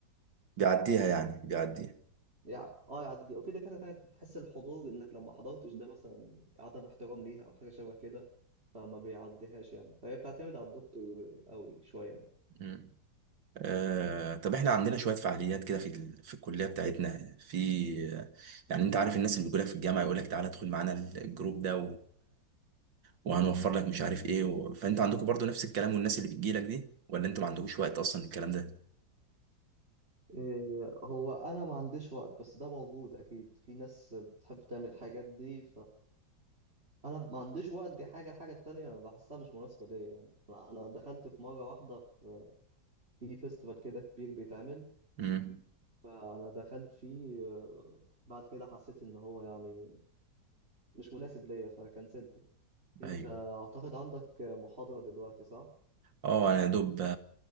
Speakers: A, on the right; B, on the right.
A: بيعديها يعني بيعديها
B: يعني اه يعدي وفي دكاترة تانية بتحس الحضور انك لو ما حضرتش ده مثلا عدم احترام ليها او حاجة شبه كده فما بيعديهاش يعني فهي بتعتمد على الدكتور قوي شوية يعني.
A: مم. آه، طب احنا عندنا شوية فعاليات كده في ال- في الكلية بتاعتنا في يعني انت عارف الناس اللي بيقولك في الجامعة يقولك تعالى ادخل معانا الجروب ده وهنوفر لك مش عارف ايه و... فانتوا عندكم برضو نفس الكلام والناس اللي بتجي لك دي ولا انتوا ما عندكوش وقت اصلا الكلام ده
B: إيه، هو انا ما عنديش وقت بس ده موجود اكيد في ناس بتحب تعمل الحاجات دي انا ما عنديش وقت دي حاجه الحاجه التانية بحسها مش مناسبه ليا يعني انا أنا دخلت في مره واحده في في فيستيفال كده كبير بيتعمل
A: امم
B: فانا دخلت فيه آه، بعد كده حسيت ان هو يعني مش مناسب ليا فكنسلته انت
A: ايوه
B: اعتقد عندك محاضره دلوقتي صح
A: اه انا يا دوب آه،